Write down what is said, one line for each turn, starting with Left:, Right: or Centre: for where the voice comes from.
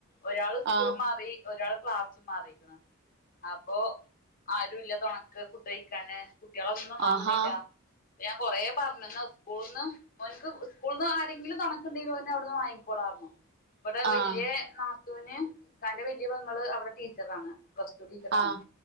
Left: ഒരാൾ ഇപ്പോഴും
Right: ആഹ്
Left: മാറി ഒരാൾ ക്ലാസ്റ്റ് മാറിക്കണം അപ്പൊ ആരു ഇല്ല തുണക്ക് ഫുഡ് കഴിക്കാന് കുട്ടികളോ വാങ്ങണില്ല
Right: ആഹാ
Left: ഞാൻ കൊറെ പറഞ്ഞുന്നാ സ്കൂളിൽ നിന്ന് അവനക്ക് സ്കൂളിൽ നിന്ന് ആരെങ്കിലും കഴിയ്ക്കുണ്ടെങ്കിലും അവനെ അവിടുന്ന് വാങ്ങിക്കോളാ ഇവിടെ
Right: ആഹ്
Left: വലിയ <inaudible> ഇക്കാന്റെ വലിയ പെങ്ങള് അവിടെ ടീച്ചറാണ് പ്ലസ്ടു ടീച്ചറാണ്
Right: ആഹ്